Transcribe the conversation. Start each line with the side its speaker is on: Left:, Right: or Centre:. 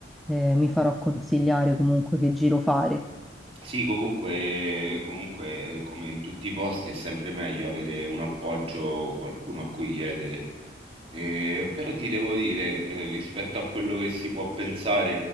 Centre: eh, mi farò consigliare comunque che giro fare.
Right: Sì, comunque, comunque, come in tutti i posti, è sempre meglio avere un appoggio, qualcuno a cui chiedere. Eh, però ti devo dire, eh, rispetto a quello che si può pensare,